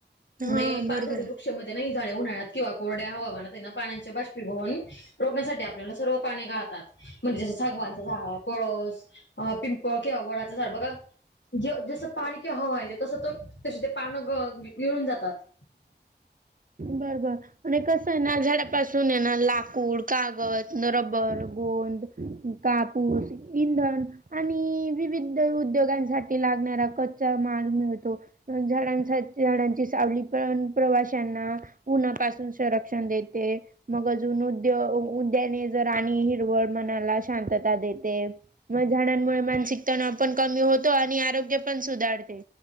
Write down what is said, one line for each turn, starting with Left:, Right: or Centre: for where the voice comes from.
Right: हा
Left: मे पाणझडी
Right: बरोबर
Left: वृक्षामध्ये ना ही झाडे उन्हाळ्यात किंवा कोरड्या हवामानात आहे ना पाण्यांचे बाष्पीभवन रोखण्यासाठी आपल्याला सर्व पाने गाळ तात, म्हणजे जसं सागवांचं झाड पळस, पिंपळ किंवा वडाचं झाड बघा. ज - जस पाणी किंवा हवा येते तस तो तशी पानं ग - गळून जातात.
Right: बरोबर आणि कसं आहे ना झाडपासून ये ना लाकूड कागद न रब्बर, गोंद, कापूस, इंधन आणि विविध उद्योगांसाठी लागणारा कच्चा माल मिळतो. झाडानसाठ, झाडांची सावली पण प्रवाशांना उन्हापासून संरक्षण देते. मग अजून उद्य - उद्याने जर आणि हिरवळ मनाला शांतता दे ते, म झाडांमुळे मानसिक तणाव पण कमी होतो आणि आरोग्य पण सुधारते.